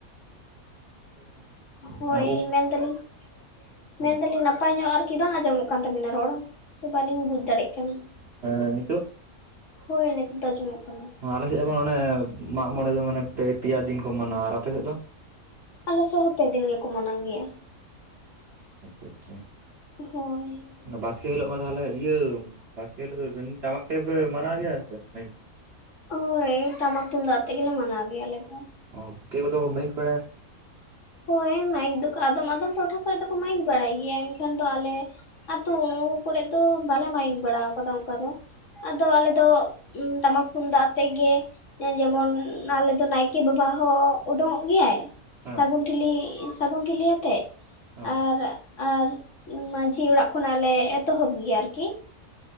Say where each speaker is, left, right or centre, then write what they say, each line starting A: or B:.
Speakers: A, on the right (about 50°); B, on the left (about 60°).
A: ᱟᱞᱮ ᱥᱮᱫ ᱦᱚᱸ ᱯᱮ ᱢᱟᱦᱟ
B: ᱦᱳᱭ
A: ᱢᱟᱱᱮ ᱩᱢ
B: ᱢᱮᱱ ᱫᱟᱞᱤᱧ
A: ᱦᱮᱸ
B: ᱢᱮᱱ ᱫᱟᱞᱤᱧ ᱱᱟᱯᱟᱭ ᱯᱟᱭ ᱧᱚᱜ ᱟᱨᱠᱤ ᱵᱟᱝ ᱟᱸᱡᱚᱢᱚᱜ ᱠᱟᱱ ᱛᱟᱵᱤᱱᱟ ᱨᱚᱲ ᱦᱚᱸ ᱛᱚ ᱵᱟᱹᱞᱤᱧ ᱵᱩᱡᱽ
A: ᱚ
B: ᱫᱟᱲᱮᱭᱟᱜ ᱠᱟᱱᱟ
A: ᱦᱮᱸ ᱱᱤᱛᱚᱜ
B: ᱦᱳᱭ ᱱᱤᱛᱚᱜ ᱫᱚ ᱟᱸᱡᱚᱢᱚᱜ ᱠᱟᱱᱟ
A: ᱟᱞᱮ ᱥᱮᱫ ᱚᱱᱮ ᱢᱟᱜᱽᱢᱚᱬᱮ ᱫᱚ ᱢᱟᱱᱮ ᱯᱮ ᱯᱮᱭᱟ ᱫᱤᱱ ᱠᱚ ᱢᱟᱱᱟᱣᱟ ᱟᱨ ᱟᱯᱮ ᱥᱮᱫ ᱫᱚ?
B: ᱟᱞᱮ ᱥᱮᱫ ᱦᱚᱸ ᱯᱮ ᱫᱤᱱ ᱜᱮᱠᱚ ᱢᱟᱱᱟᱣ ᱜᱮᱭᱟ
A: ᱟᱪᱪᱷᱟ ᱟᱪᱪᱷᱟ
B: ᱦᱚᱭ
A: ᱵᱟᱥᱠᱮ ᱦᱤᱞᱳᱜ ᱢᱟ ᱛᱟᱦᱞᱮ ᱤᱭᱟᱹ ᱵᱟᱠᱤ ᱦᱤᱞᱳᱜ ᱫᱚ ᱵᱟᱹᱱ ᱴᱟᱢᱟᱠ ᱛᱮᱯᱮ ᱢᱟᱱᱟᱣ ᱜᱮᱭᱟ ᱥᱮ ᱚᱱᱮ ᱜᱤ
B: ᱦᱳᱭ ᱴᱟᱢᱟᱠ ᱛᱩᱢᱫᱟᱜ ᱟᱛᱮᱜ ᱜᱮᱞᱮ ᱢᱟᱱᱟᱣ ᱜᱮᱭᱟ ᱟᱞᱮ ᱫᱚ
A: ᱚ ᱯᱮ ᱠᱚᱫᱚ ᱢᱟᱭᱤᱠ ᱯᱮᱲᱮᱫ
B: ᱦᱳᱭ ᱢᱟᱭᱤᱠ ᱫᱚᱠᱚ ᱟᱫᱚᱢ ᱟᱫᱚᱢ ᱴᱚᱴᱷᱟ ᱠᱚᱨᱮ ᱫᱚᱠᱚ ᱢᱟᱭᱤᱠ ᱵᱟᱲᱟᱭ ᱜᱮᱭᱟ ᱮᱱᱠᱷᱟᱱ ᱫᱚ ᱟᱞᱮ ᱟᱛᱳ ᱠᱚᱨᱮᱫ ᱫᱚ ᱵᱟᱞᱮ ᱢᱟᱭᱤᱠ ᱵᱟᱲᱟ ᱟᱠᱟᱫᱟ ᱚᱱᱠᱟ ᱫᱚ ᱟᱫᱚ ᱟᱞᱮ ᱫᱚ ᱴᱟᱢᱟᱠ ᱛᱩᱢᱫᱟᱜ ᱟᱛᱮᱜ ᱜᱮ ᱮ ᱡᱮᱢᱚᱱ ᱟᱞᱮ ᱫᱚ ᱱᱟᱭᱠᱮ ᱵᱟᱵᱟ ᱦᱚᱸ ᱩᱰᱩᱸᱜ-ᱚᱜ ᱜᱮᱭᱟᱭ
A: ᱦᱮᱸ
B: ᱥᱟᱹᱜᱩᱱ ᱴᱷᱤᱞᱤ ᱥᱟᱹᱜᱩᱱ ᱴᱷᱤᱞᱤ ᱟᱛᱮᱜ
A: ᱦᱮᱸ
B: ᱟᱨ ᱟᱨ ᱢᱟᱹᱡᱷᱤ ᱚᱲᱟᱜ ᱠᱷᱚᱱᱟᱜ ᱞᱮ ᱮᱛᱚᱦᱚᱵ ᱜᱮᱭᱟ ᱟᱨᱠᱤ